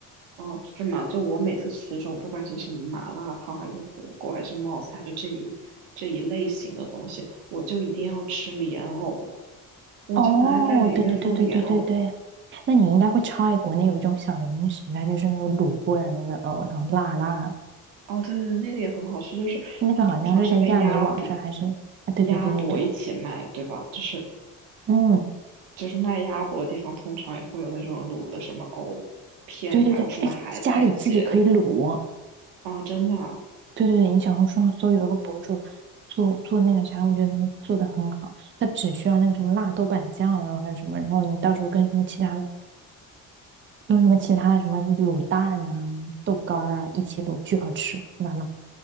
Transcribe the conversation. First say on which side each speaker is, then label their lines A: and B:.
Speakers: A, on the right; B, on the right.
A: 哦，是吗？就我每次吃这种，不管是什么麻辣烫，还是火锅，还是冒菜，就这一这一类型的东西，我就一定要吃莲藕，我就很爱在里面放莲藕。
B: 哦，对对对对对对对。那你应该会超爱国内有一种小零食，它就是那种卤过的那个呃，然后辣辣的。
A: 哦，对对对，那个也很好吃，就是它通常是跟鸭脖、
B: 那个好像是在亚米网上还是啊？对对对对对，
A: 鸭脖一起卖，对吧？就是
B: 嗯，
A: 就是卖鸭脖的地方，通常也会有那种卤的什么藕片，
B: 对对对，
A: 还有什么海带结。
B: 哎，家里自己可以卤，
A: 哦，真的啊
B: 对对对，你小红书上搜有一个博主做做那个啥，我觉得他们做的很好，他只需要那个什么辣豆瓣酱啊，然后还有什么，然后你到时候跟什么其他的，用什么其他的什么卤蛋啊、豆干儿啊一起卤，巨好吃，妈妈。